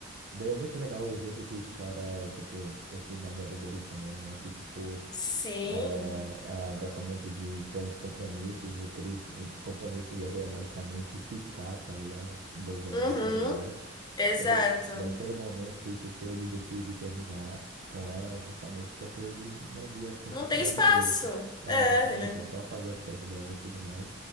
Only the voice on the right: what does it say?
daí é muito legal o jeito que explora, tipo, esse namoro deles também, né? Que, tipo.
É, ela gosta muito de ter uns compromissos. O Chris, o compromisso dele é basicamente ficar, tá ligado? Beijar
ela e tudo mais.
Daí, daí chega um momento que, tipo, ele decide terminar com ela justamente porque ele não via tempo
pra
ele mesmo. É,
exatamente,
é só fazer as coisas dela e tudo mais.